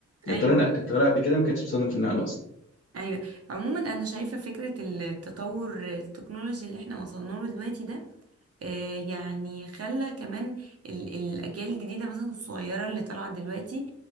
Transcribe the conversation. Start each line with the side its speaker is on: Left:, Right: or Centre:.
Left: يعني
Right: ايوه
Left: الطيران الطيارة قبل كده ما كانتش بتستخدم في النقل أصلا
Right: ايوه عموما انا شايفه فكره التطور التكنولوجي اللي احنا وصلنا له دلوقتي ده آه، يعني خلى كمان ال- الاجيال الجديده مثلا الصغيره اللي طالعه دلوقتي